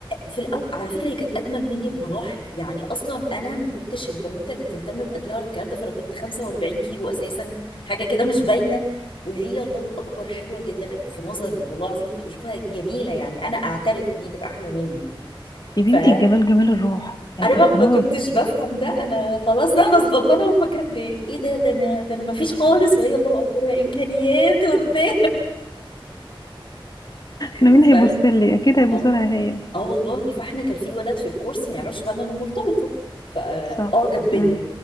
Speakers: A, on the left (about 70°); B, on the left (about 45°).
A: في الأول على فكرة هي كانت أجمل مني بمراحل يعني أصلا أنا ما كنتش البنوتة اللي بتهتم بأكلها ولا الكلام ده فأنا كنت 45 كيلو أساسا حاجة كده مش باينة وهي الله أكبر حلوة جدا في نظري والله العظيم كنت بشوفها جميلة يعني أنا أعترف إن هي كانت أحلى مني
B: يا بنتي
A: فأنا
B: الجمال جمال الروح يعني
A: ما
B: خلاص
A: ما كنتش بفهم ده أنا خلاص ده أنا صغننة وفاكرة إن إيه ده ده أنا ده أنا ما فيش خالص وهي الله أكبر إمكانيات وبتاع <laughs>
B: انا مين هيبص
A: ف
B: لي اكيد هيبص
A: اه
B: لها هي
A: اه والله فاحنا كان في ولد في الكورس ما يعرفش بقى ان انا مرتبطه فاعجب
B: صح
A: بيا
B: امم